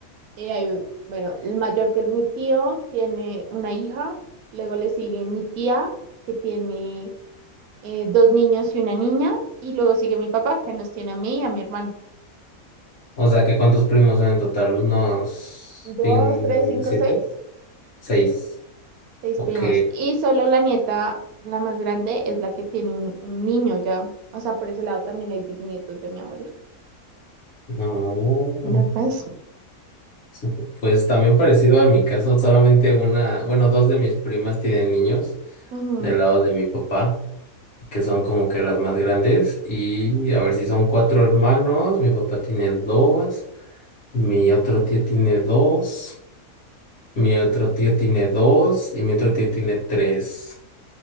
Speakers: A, on the right; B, on the left.
A: Y ahí, bueno, el mayor que es mi tío tiene una hija, luego le sigue mi tía que tiene eh, dos niños y una niña, y luego sigue mi papá que nos tiene a mí y a mi hermano.
B: O sea, que ¿cuántos primos son en total? ¿Unos
A: Dos,
B: cin-
A: tres, cinco,
B: siete?
A: seis.
B: Seis.
A: Seis
B: Ok.
A: primos. Y solo la nieta, la más grande, es la que tiene un, un niño ya. O sea, por ese lado también hay bisnietos de mi abuela.
B: Oh,
A: Mira, pues,
B: supo- Pues también parecido a mi caso, solamente una, bueno, dos de mis primas tienen niños
A: Ujú,
B: del lado de mi papá, que son como que las más grandes. Y a ver si son cuatro hermanos, mi papá tiene dos, mi otro tío tiene dos. Mi otro tío tiene dos y mi otro tío tiene tres.